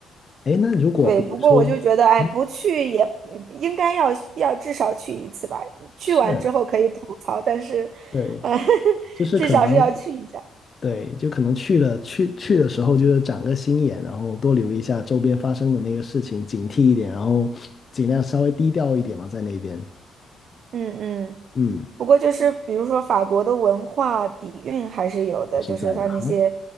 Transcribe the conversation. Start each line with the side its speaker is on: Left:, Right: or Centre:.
Left: 哎，那如果比如说，
Right: 对。不过我就觉得，哎，
Left: 嗯，
Right: 不去也应该要要至少去一次吧。去完之后可以吐槽，
Left: 是，
Right: 但是，
Left: 对，
Right: 呃，<laughs>
Left: 就是可能，
Right: 至少是要去一下。
Left: 对，就可能去了去去的时候，就是长个心眼，然后多留意一下周边发生的那个事情，警惕一点，然后尽量稍微低调一点嘛，在那边，
Right: 嗯嗯。
Left: 嗯，
Right: 不过就是比如说法国的文化底蕴还是有的，
Left: 是在的哈，
Right: 就是它那些，